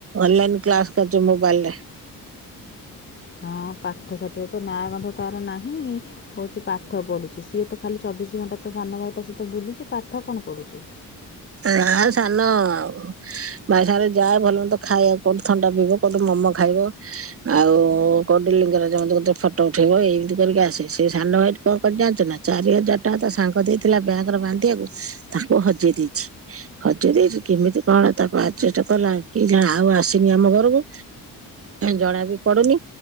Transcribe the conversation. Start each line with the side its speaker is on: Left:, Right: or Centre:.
Right: ଅନଲାଇନ୍ କ୍ଲାସ କରିଛ ମୋବାଇଲ ରେ।
Left: ହଁ ପାଠ ସା ର ତ ନାଁ ଗନ୍ଧ ତାର ନାହିଁ ହଉଛି ପାଠ ପଢ଼ୁଛି ସିଏ ତ ଖାଲି ଚବିଶି ଘଣ୍ଟା ତ ସାନ ଭାଇ ଟା ସହିତ ବୁଲୁଛି ପାଠ କଣ ପଢ଼ୁଛି।
Right: ନା ସାନ ଆଉ ଭାଇ ସାଙ୍ଗରେ ଯାଏ ଭଲ ମନ୍ଦ ଖାଇ କୋଉଠି ଥଣ୍ଡା ପିଇବ। <unintelligible> ମମୋ ଖାଇବ। ଆଉ କଉଡ଼ି ଲିଙ୍ଗରାଜ <unintelligible> ଫଟୋ ଉଠେଇବ ଏଇମିତି କରିକି ଆସେ ସେ ସାନ ଭାଇ କଣ କରି ଜାଣିଚ ନା ଚାରି ହଜାର ଟଙ୍କା ତା ସାଙ୍ଗ ଦେଇଥିଲା ବ୍ୟାଙ୍କ ର ବାନ୍ଧିିବାକୁ ତାକୁ ହଜେଇ ଦେଇଛି। ହଜି ଦେଇଛି କେମିତି କଣ ତାକୁ ଆଡଜେଷ୍ଟ କଲା କି ଜାଣ ଆଉ ଆସିନି ଆମ ଘରକୁ। ଜଣା ବି ପଡୁନି